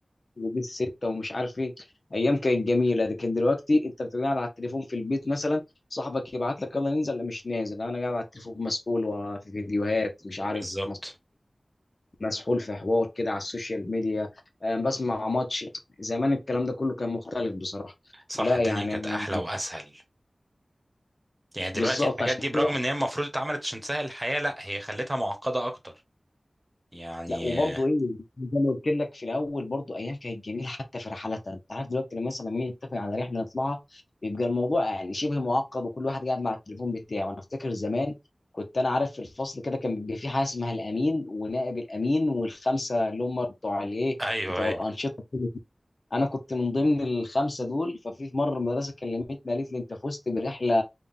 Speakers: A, on the left (about 60°); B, on the right (about 25°).
A: وبيس ستة ومش عارف ايه ايام كانت جميله لكن دلوقتي انت بتبقى قاعد على التليفون في البيت مثلا صاحبك يبعت لك يلا ننزل لا مش نازل انا قاعد على التليفون مسؤول وفي فيديوهات مش عارف
B: بالظبط
A: مسحول في حوار كده على السوشيال ميديا آه، بسمع ماتش زمان الكلام ده كله كان مختلف بصراحه
B: صح
A: لا
B: الدنيا
A: يعني
B: كانت
A: انا
B: احلى واسهل يعني دلوقتي
A: بالظبط
B: الحاجات
A: عشان
B: دي برغم
A: كده
B: ان هي المفروض اتعملت عشان تسهل الحياه لا هي خلتها معقده اكتر يعني
A: لا وبرضه
B: آه،
A: ايه زي ما قلت لك في الاول برضه ايام كانت جميله حتى في رحلاتها انت عارف دلوقتي لما مثلا مين يتفق على رحله نطلعها بيبقى الموضوع يعني شبه معقد وكل واحد قاعد مع التليفون بتاعه انا افتكر زمان كنت انا عارف في الفصل كده كان بيبقى في حاجه اسمها الامين ونائب الامين والخمسه اللي هم بتوع الايه
B: ايوه
A: بتوع
B: ايوه
A: الانشطه انا كنت من ضمن الخمسه دول ففي في مره المدرسه كلمتني قالت لي انت فزت برحله